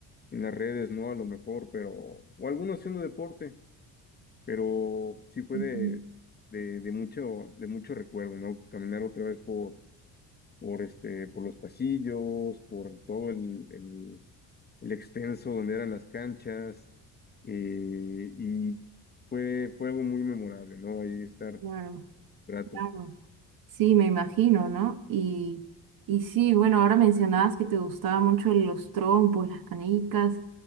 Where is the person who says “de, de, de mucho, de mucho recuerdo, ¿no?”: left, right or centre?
Left